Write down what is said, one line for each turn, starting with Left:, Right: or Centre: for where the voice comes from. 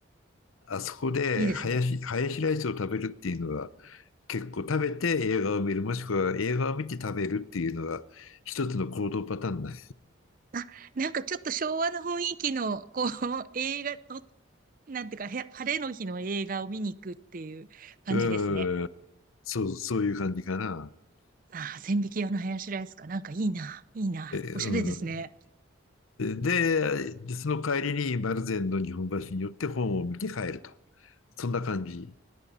Left: あそこで、
Right: いいですね。
Left: ハヤシ、ハヤシライスを食べるっていうのは、結構食べて映画を見る、もしくは映画を見て食べるっていうのが、一つの行動パターンだ。
Right: あ、なんかちょっと昭和の雰囲気の、こう、<laughs> 映画の、なんていうか、へ晴れの日の映画を見に行くっていう感じですね。
Left: うん、そう、そういう感じかな。
Right: ああ、千疋屋の林ライスか。なんかいいな、いいな。
Left: えうん、
Right: おしゃれですね。
Left: で、でその帰りに丸善の日本橋に寄って本を見て帰ると。そんな感じ。